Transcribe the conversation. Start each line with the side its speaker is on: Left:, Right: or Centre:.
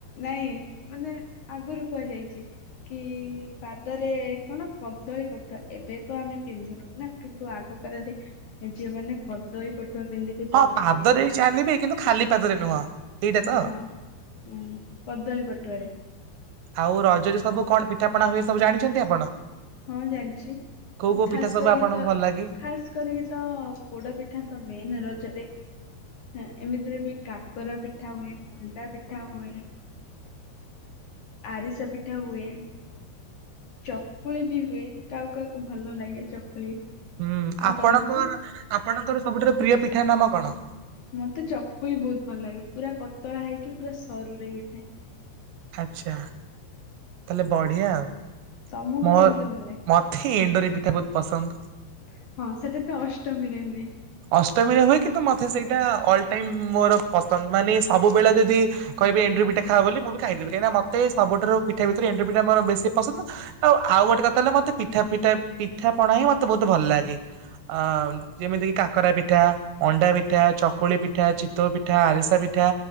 Left: ନାଇଁ ମାନେ ଆଗରୁ କୁହାଯାଇଛି କି ପାଦରେ କଣ କଦଳୀ ପଟୁଆ ଏବେ ତ ଆମେ ପିନ୍ଧୁନୁ ନା କିନ୍ତୁ ଆଗ କାଳରେ ଝିଅ ମାନେ କଦଳୀ ପଟୁ ପଟୁଆ ପିନ୍ଧିକି ଚାଲୁଥିଲି,
Right: ହଁ ପାଦରେ ହିଁ ଚାଲିବେ କିନ୍ତୁ ଖାଲି ପାଦରେ ନୁହଁ ଏଇଟା ତ।
Left: ହଁ ଉ କଦଳୀ ପଟୁଆରେ।
Right: ଆଉ ରଜରେ ସବୁ କଣ ପିଠାପଣା ହୁଏ ସବୁ ଜାଣିଛନ୍ତି ଆପଣ?
Left: ହଁ ଜାଣିଛି
Right: କୋଉ କୋଉ
Left: ଖାସ
Right: ପିଠା ସବୁ
Left: କରିକି
Right: ଆପଣଙ୍କୁ
Left: ତ
Right: ଭଲ ଲାଗେ?
Left: ଖାସ କରିକି ତ ପୋଡ ପିଠା ତ ମେନ ରଜ ଜରେ ହେଁ ଏମତିରେ ବି କାକରା ପିଠା ହୁଏ, ମଣ୍ଡା ପିଠା ହୁଏ, ଆରିସା ପିଠା ହୁଏ। ଚକୁଳି ବି ହୁଏ, କାହାକୁ କାହାକୁ ଭଲ ନ ଲାଗେ ଚକୁଳି।
Right: ହୁଁ
Left: ଆଉ
Right: ଆପଣଙ୍କର୍
Left: ତମକୁ?
Right: ଆପ୍ ଆପଣଙ୍କର ସବୁଠାରୁ ପ୍ରିୟ ପିଠା ନାମ କଣ?
Left: ମତେ ଚକୁଳି ବହୁତ ଭଲ ଲାଗେ ପୁରା ପତଳା ହେଇକି ପୁରା ସରୁରେ ହେଇଥାଏ।
Right: ଆଚ୍ଛା। ତାହଲେ ବଢିଆ ଆଉ।
Left: ତମକୁ
Right: ମୋ
Left: କେମିତି ଭଲ ଲାଗେ?
Right: ମତେ ଏଣ୍ଡୁରି ପିଠା ବହୁତ ପସନ୍ଦ।
Left: ହଁ ସେଟା ତ ଅଷ୍ଟମୀରେ ହୁଏ।
Right: ଅଷ୍ଟମୀରେ ହୁଏ କିନ୍ତୁ ମତେ ସେଇଟା ଅଲ୍ ଟାଇମ ମୋର ପସନ୍ଦ, ମାନେ ସବୁବେଳେ ଯଦି କହିବେ ଏଣ୍ଡୁରି ପିଠା ଖାଆ ବୋଲି ମୁଁ ବି ଖାଇଦେବି, କାହିଁକିନା ମତେ ସବୁଠାରୁ ପିଠା ଭିତରୁ ଏଣ୍ଡୁରି ପିଠା ମୋର ବେଶୀ ପସନ୍ଦ, ଆଉ ଆଉ ଗୋଟେ କଥା ହେଲା ମତେ ପିଠା ପିଠା ପଣା ହିଁ ମତେ ବହୁତ ଭଲ ଲାଗେ ଆ ଯେମିତିକି କାକ କରା ପିଠା, ଅଣ୍ଡା ପିଠା, ଚକୁଳି ପିଠା, ଚିତଉ ପିଠା, ଆରିସା ପିଠା,